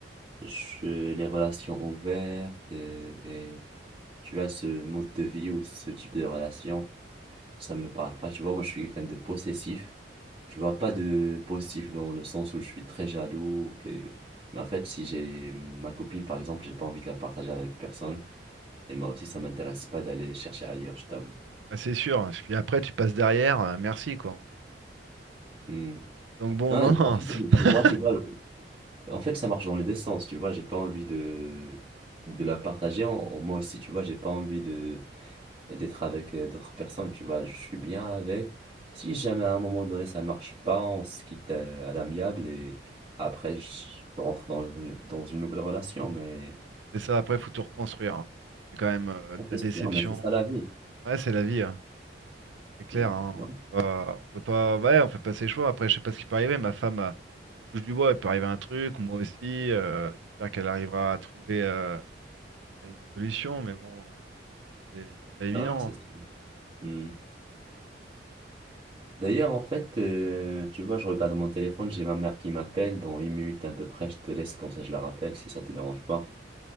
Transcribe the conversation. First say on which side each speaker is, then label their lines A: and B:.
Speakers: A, on the right (about 30°); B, on the right (about 85°).
A: je... les relations ouvertes et, et tu vois, ce mode de vie ou ce type de relation, ça me parle pas. Tu vois, moi, je suis quelqu'un de possessif. Tu vois, pas de possessif dans le sens où je suis très jaloux. que- Mais en fait, si j'ai ma copine, par exemple, j'ai pas envie de la partager avec personne. Et moi aussi, ça m'intéresse pas d'aller chercher ailleurs, je t'avoue.
B: Ah, c'est sûr. hein, Parce que après, tu passes derrière, euh, merci, quoi.
A: Hmm.
B: Donc bon,
A: Non,
B: non, non.
A: en fait,
B: C'est
A: pour
B: <laughs>
A: moi, tu vois, en fait, ça marche dans les deux sens, tu vois, j'ai pas envie de, de la partager. En- en- moi aussi, tu vois, j'ai pas envie de, d'être avec euh, d'autres personnes, tu vois, je suis bien avec. Si jamais à un moment donné ça marche pas, on se quitte euh, à l'amiable et après, je rentre dans une, dans une nouvelle relation, mais
B: c'est ça, après, faut tout reconstruire. hein. C'est quand même euh, de
A: Ah,
B: la
A: c'est
B: déception.
A: sûr, mais c'est ça la vie.
B: Ouais, c'est la vie, hein, C'est clair,
A: Hmm.
B: hein,
A: Non,
B: On peut pas, on peut pas, ouais, on fait pas ses choix. Après, je sais pas ce qui peut arriver. Ma femme, euh, je touche du bois, il peut arriver un truc, moi aussi. euh, j'espère qu'elle arrivera à trouver. euh, une solution, mais bon, euh, c'est c'est pas évident.
A: non, non, c'est
B: hein.
A: sûr. Hmm. D'ailleurs, en fait, euh, tu vois, je regarde mon téléphone, j'ai ma mère qui m'appelle. Dans une minute à peu près, je te laisse, comme ça je la rappelle si ça te dérange pas.